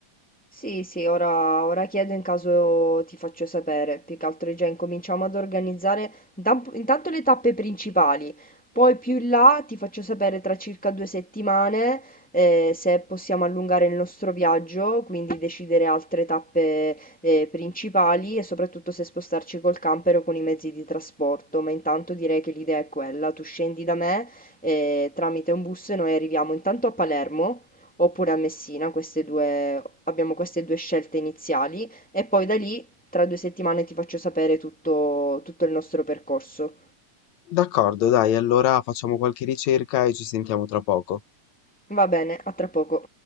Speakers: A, in the centre; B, on the left.
A: Sì, sì, ora, ora chiedo in caso ti faccio sapere. Più che altro già incominciamo ad organizzare intam- intanto le tappe principali. Poi più in là ti faccio sapere tra circa due settimane eh, se possiamo allungare il nostro viaggio, quindi decidere altre tappe eh, principali e soprattutto se spostarci col camper o con i mezzi di trasporto. Ma intanto direi che l'idea è quella. Tu scendi da me eh, tramite un bus e noi arriviamo intanto a Palermo oppure a Messina, queste due, abbiamo queste due scelte iniziali e poi da lì tra due settimane ti faccio sapere tutto, tutto il nostro percorso.
B: D'accordo, dai, allora facciamo qualche ricerca e ci sentiamo tra poco.
A: Va bene, a tra poco.